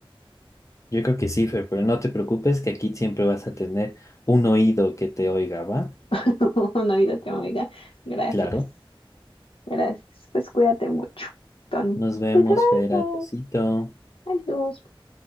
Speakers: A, on the left; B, on the left.
A: Yo creo que sí, Fer, pero no te preocupes que aquí siempre vas a tener un oído que te oiga, ¿va?
B: <laughs> no Navidad, amiga. Gracias,
A: Claro.
B: gracias. Pues cuídate mucho, Tony.
A: Nos vemos,
B: Que gracias.
A: Fer. Adiósito.
B: Adiós.